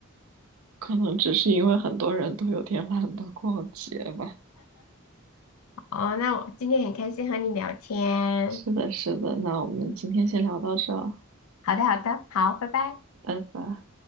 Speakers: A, on the right; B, on the left.
A: 可能只是因为很多人都有点懒得逛街吧。
B: 哦，那我今天很开心和你聊天。
A: 是的，是的，那我们今天先聊到这儿，
B: 嗯好的，好的，好，拜拜。
A: 拜拜。